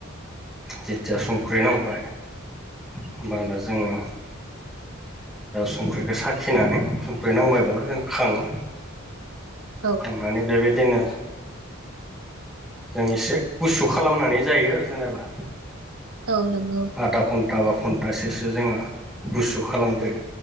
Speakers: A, in the centre; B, on the right.
A: जेथिया संख्रि नांबाय होमबाना जोङो संख्रिखौ साखिनानै संख्रि नांबायबोब्ला जों खाङो
B: औ
A: थांनानै बेबायदिनो जों एसे गुसु खालामनानै जायो आरो जेनेबा
B: औ नंगौ
A: आदा खम घन्टाबा घन्टासेसो जोङो गुसु खालामग्रो